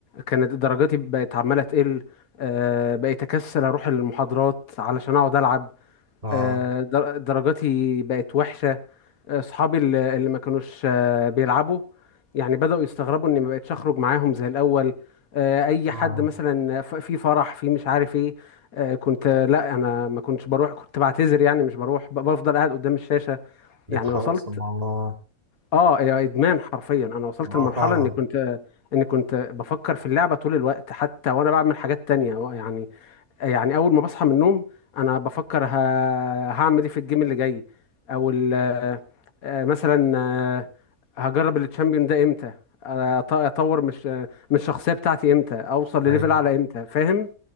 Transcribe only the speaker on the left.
كانت درجاتي بقت عماله تقل آه، بقيت اكسل اروح المحاضرات علشان اقعد العب
آه، در- درجاتي بقت وحشه اصحابي اللي اللي ما كانوش آه، بيلعبوا يعني بدأوا يستغربوا اني ما بقتش اخرج معاهم زي الاول آه، اي
حد مثلا ف- في فرح في مش عارف ايه آه، كنت آه، لا انا ما كنتش بروح كنت بعتذر يعني مش بروح ب- بفضل قاعد قدام الشاشة
يعني وصلت
اه يا ادمان حرفيا انا وصلت
لمرحلة
اني كنت آه، اني كنت بفكر في اللعبة طول الوقت حتى وانا بعمل حاجات تانية يعني يعني اول ما بصحى من النوم انا بفكر ه... هعمل ايه في الجيم اللي جاي او ال... آه، مثلا آه، هجرب التشامبيون ده امتى آه، أط- اطور مش آه، من الشخصيه بتاعتي امتى اوصل لليفل
اعلى امتى فاهم